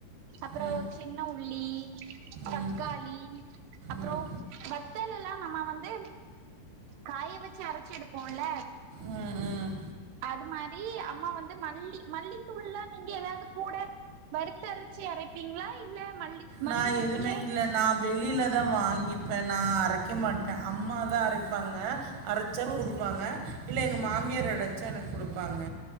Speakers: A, on the right; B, on the right.
A: அப்ற
B: ம்
A: ஒ சின்ன உள்ளி, தக்காளி
B: ம்
A: அப்றோம்
B: ம்
A: வத்தல் எல்லா நம்ம வந்து காய வெச்சு அரைச்சி எடுப்போ இல்ல
B: ம் ம்.
A: அது மாரி அம்மா வந்து மல்லி மல்லித்தூள்ல்லா நீங்க எதாவது கூட வறுத்து அரைச்சி அரைப்பீங்ளா இல்ல மல்லி மல்லி
B: நா
A: மட்டுமே
B: எதுமே இல்ல நாம் வெளில தா வாங்கிப்பே நா அரைக்க மாட்டே அம்மாதா அரைப்பாங்க. அரைச்சா
A: ஓ
B: குடுப்பாங்க
A: சரி
B: இல்ல எங்க மாமியார் அடைச்சா எனக் குடுப்பாங்க.